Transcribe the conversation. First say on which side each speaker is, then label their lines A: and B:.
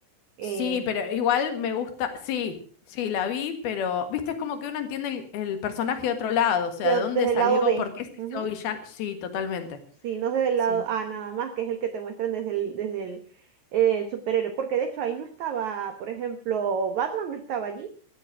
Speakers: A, on the right; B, on the left.
A: eh,
B: Sí, pero igual me gusta, sí, sí, la vi, pero, ¿viste? Es como que uno entiende el, el personaje de otro lado, o sea,
A: de
B: de
A: ot-
B: dónde
A: desde
B: salió,
A: el lado B.
B: por qué se
A: Ujú.
B: hizo villano. Sí, totalmente.
A: Sí, no desde el
B: Sí.
A: lado a nada más, que es el que te muestran desde el, desde el eh, el superhéroe. Porque de hecho ahí no estaba, por ejemplo, Batman no estaba allí.